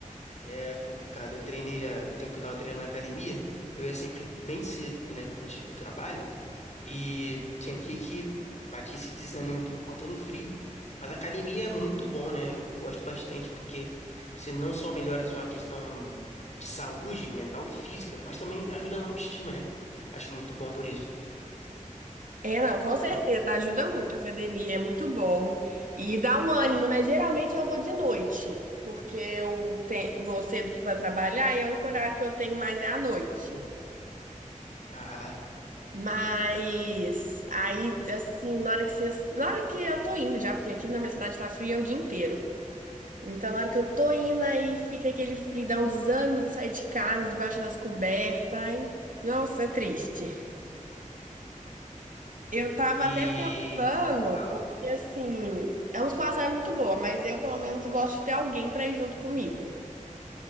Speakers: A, on the left; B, on the right.
A: é complicado. Eu treinei já no tempo que eu tava treinando na academia, eu ia sempre bem cedo, né? Antes do trabalho. E tinha dia que batia esse desânimo por conta do frio. Mas a academia é muito bom, né? Eu gosto bastante porque você não só melhora a sua questão de saúde mental e física, mas também ajuda na autoestima, né? Acho muito bom por isso.
B: É, não, com certeza,
A: Eu-
B: ajuda muito a academia, é muito bom. E dá um ânimo, né? Geralmente eu vou de noite, porque eu tenho, vou cedo para trabalhar e é o único horário que eu tenho mais é à noite.
A: Ah,
B: Mas
A: entendi.
B: aí, assim, na hora que vocês, na hora que eu tô indo já, porque aqui na minha cidade tá fria o dia inteiro. Então, na hora que eu tô indo, aí fica aquele frio, dá um desânimo de sair de casa, debaixo das cobertas. Ai, Nossa, é triste. Eu tava
A: E.
B: até pensando,
A: Fala.
B: porque assim, a musculação é muito boa, mas eu pelo menos gosto de ter alguém pra ir junto comigo.